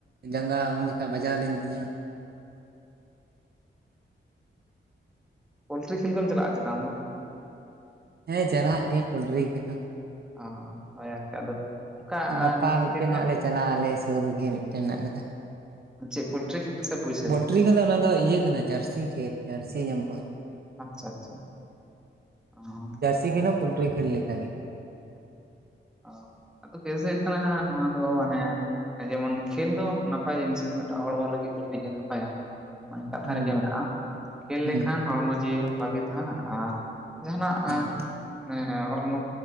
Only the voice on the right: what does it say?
ᱡᱟᱸᱜᱟ ᱩᱱ ᱡᱚᱠᱷᱟ ᱵᱟᱡᱟᱣ ᱞᱮᱱ ᱛᱤᱧᱟᱹ
ᱦᱮᱸ ᱪᱟᱞᱟᱜ ᱜᱤᱧ ᱯᱳᱞᱴᱨᱤ ᱠᱷᱮᱞ ᱦᱚᱸ
ᱜᱟᱯᱟ
ᱢᱤᱫᱴᱮᱱ
ᱦᱟᱜ ᱞᱮ ᱪᱟᱞᱟᱜᱼᱟ ᱟᱞᱮ ᱥᱩᱨ ᱨᱮᱜᱮ ᱢᱤᱫᱴᱮᱱ ᱢᱮᱱᱟᱜ ᱠᱟᱫᱟ
<unintelligible> ᱚᱱᱟ ᱫᱚ ᱤᱭᱟᱹ ᱠᱟᱱᱟ ᱡᱟᱹᱨᱥᱤ ᱠᱷᱮᱞ ᱡᱟᱹᱨᱥᱤ ᱧᱟᱢᱚᱜᱼᱟ
ᱯᱳᱞᱴᱨᱤ ᱠᱷᱮᱞ ᱦᱚ ᱯᱳᱞᱴᱨᱤ ᱠᱷᱮᱞ ᱞᱮᱠᱟ ᱜᱮ
ᱦᱩᱸ
ᱦᱩᱸ
ᱦᱩᱸ